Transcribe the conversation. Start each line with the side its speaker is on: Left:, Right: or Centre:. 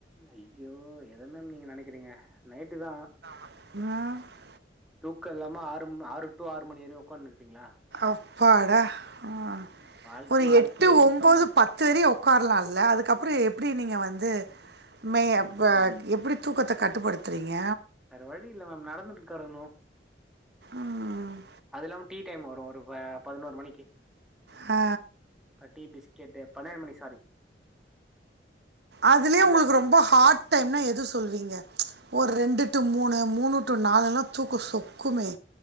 Centre: ஐயோ எத மேம் நீங்க நெனைக்கிறீங்க நைட்டு தா
Right: ஆ
Centre: தூக்க இல்லாம ஆறு ஆறு டூ ஆறு மணி வரையு உக்காந்து இருப்பீங்களா
Right: அப்பாடா ஆ
Centre: வாழ்க்கையே
Right: ஒரு
Centre: வெறுத்த
Right: எட்டு
Centre: மாரி
Right: ஒம்போது பத்து வரையு உக்காரலால்ல அதுக்கப்புற எப்டி நீங்க வந்து மே
Centre: ம்
Right: ஆ மேப் எப்டி தூக்கத்த கட்டுப்படுத்துறீங்க
Centre: வேற வழி இல்ல மேம் நடந்துட்டு கடக்கணு
Right: ம்
Centre: அது இல்லாம டீ டைம் வரு ஒரு பதினோரு மணிக்கு
Right: ஆ
Centre: அப்ப டீ பிஸ்கெட்டு பன்னெண்டு மணி சாரி
Right: அதுலயே
Centre: அந்த
Right: உங்களுக்கு
Centre: டைம்
Right: ரொம்ப ஹாட் டைம்னா எதுவும் சொல்லுவீ ஒரு ரெண்டு டு மூணு மூணு டு நாலல்லா தூக்க சொக்குமே